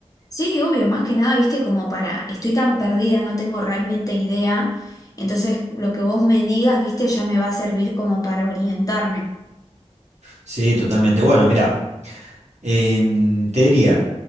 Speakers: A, on the left; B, on the right.
A: Sí, obvio, más que nada, viste, como para, estoy tan perdida, no tengo realmente idea, entonces lo que vos me digas, viste, ya me va a servir como para orientarme.
B: Sí, totalmente. Bueno, mira. Em, te diría,